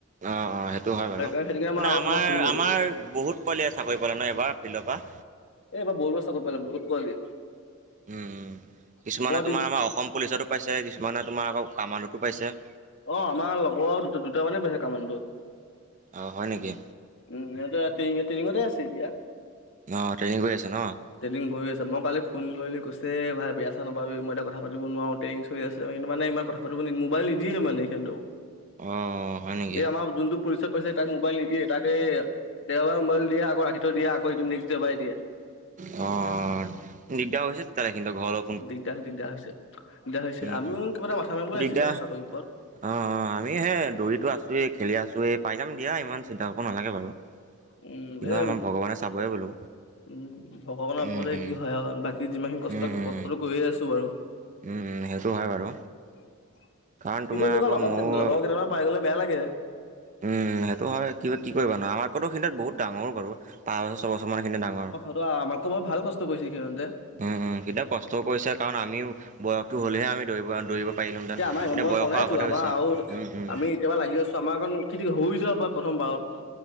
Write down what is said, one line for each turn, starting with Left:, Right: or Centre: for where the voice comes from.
Right: অ', অ' সেইটো হয় বাৰু।
Left: সেইকাৰণে সেইটো কাৰণে মই
Right: মানে
Left: আগত
Right: আমাৰ
Left: তোমাক সুধি ললো
Right: আমাৰ বহুত পোৱলিয়ে চাকৰি পালে ন' এইবাৰ ফিল্ডৰ পৰা?
Left: এহ এইবাৰ বহুত কেইটা চাকৰি পালে, বহুত পোৱালিয়ে।
Right: উম, উম, কিছুমানে
Left: তি
Right: তোমাৰ আমাৰ অসম পুলিচতো পাইছে, কিছুমানে তোমাৰ আকৌ কামাণ্ডতো পাইছে।
Left: অ' আমাৰ লগৰৰ দু-দুটা মানেই পাইছে কামাণ্ডত।
Right: অ' হয় নেকি?
Left: উম, সিহঁতে ট্ৰেইনিং ট্ৰেইনিংতে আছে এতিয়া।
Right: অ' ট্ৰেইনিং কৰি আছে ন'?
Left: ট্ৰেইনিং কৰি আছে। মই কালি ফোন কৰিলোঁ কৈছে ভাই বেয়া চেয়া নাপাবি মই এতিয়া কথা পাতিব নোৱাৰোঁ। ট্ৰেইনিং চলি আছে কিন্তু মানে ইমান কথা পাতিব, নিদিয়ে মোবাইল নিদিয়ে মানে সিহঁতক।
Right: অ হয় নেকি।
Left: এই আমাৰ যোনটো পুলিচত পাইছে তাক মোবাইল নিদিয়ে তাক এই দেওবাৰ মোবাইল দিয়ে আকৌ ৰাখি থৈ দিয়ে আকৌ এইটো নেক্সট দেওবাৰে দিয়ে।
Right: অ', অ'। নিদিয়া হৈছিল? তাৰে কিন্তু ঘৰৰ লগত
Left: দিগদাৰ হয়, দিগদাৰ হৈছে, দিগদাৰ হৈছে।
Right: উম,
Left: আমিও
Right: উম।
Left: কিবা এটা মাথা মাৰিব লাগিছিল
Right: দিগদাৰ
Left: ন' চাকৰিৰ ওপৰত?
Right: অ', অ' আমি সে দৌৰিতো আছোঁয়ে, খেলি আছোঁয়ে এই পাই যাম দিয়া ইমান চিন্তা কৰিব নালাগে বাৰু।
Left: উম,
Right: কিন্তু
Left: এ,
Right: আমাৰ ভগৱানে চাবই বোলো।
Left: উম, ভগৱানৰ উপৰে
Right: উম, উম,
Left: কি হয় আৰু বাক কি যিমানখিনি কষ্ট,
Right: উম, উম,
Left: কষ্টটো কৰিয়ে আছোঁ বাৰু।
Right: উম, উম, সেইটো হয় বাৰু।
Left: কিন্তু
Right: কাৰণ তোমাৰ
Left: এনেকুৱা
Right: আকৌ
Left: লগৰ
Right: ময়ো
Left: লগৰ কেইটামা পাই গ'লে বেয়া লাগে।
Right: উম, সেইটো হয় কিবা কি কৰিবা ন' আমাতকৈ সিহঁত বহুত ডাঙৰ বাৰু, পাঁচ বছৰ ছয় বছৰমান সিহঁত ডাঙৰ।
Left: ত' আমাতকো বৰ ভাল কষ্ট কৰিছিল সিহঁতে।
Right: উম, উম, সিহঁতে কষ্টও কৰিছে কাৰণ আমিও বয়সটো হ'লেহে আমি দৌৰিব দৌৰিব পাৰিলোহেঁতেন।
Left: নাই ইমান
Right: এতিয়া
Left: বয়স
Right: বয়সৰ
Left: হোৱা নাইতো,
Right: আগতে
Left: আমাৰ
Right: হৈছে।
Left: আৰু
Right: উম, উম।
Left: আমি এতিয়াবা লাগি আছোঁ আমাৰ এখন কেতিয়াবা হৈ যাব পাৰে প্ৰথম বাৰত।